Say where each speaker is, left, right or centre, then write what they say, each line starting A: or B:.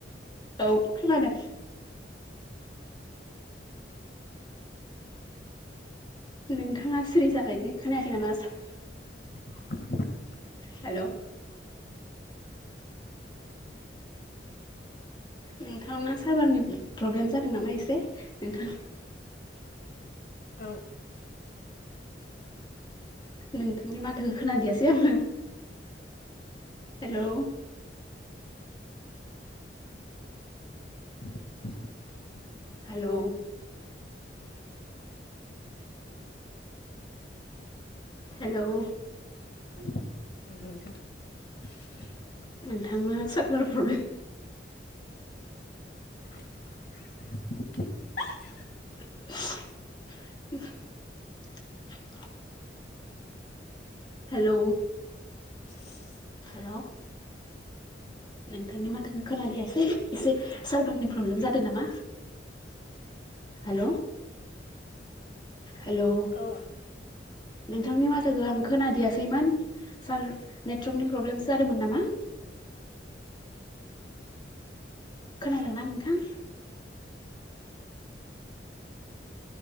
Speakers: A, on the left; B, on the left.
A: औ खोनादों नोंथाङा सिरि जाबायदिे खोनायाखै नामा सार
B: <inaudible>
A: हेल' नोंथांनो सारभारनि प्रब्लेम जादों नामा एसे नोंथां <inaudible>
B: औ
A: नोंथांनि माथोखौ खोनादियासै आङो हेलौ
B: <inaudible>
A: हेल' हेल'
B: <inaudible>
A: नोंथांनो सारभार प्रब्लेम
B: <inaudible>
A: <inaudible> हेल'
B: <inaudible>
A: हेल' नोंथांनि माथोखौ खोनादयासै एसे सारभारनि प्रब्लेम जादों नामा हेल' हेल'
B: औ
A: नोंथांनि माथखौ आं खोनादियासैमोन सार नेटवर्कनि प्रब्लेमसो जादोंमोन नामा खोनादोंना नोंथां?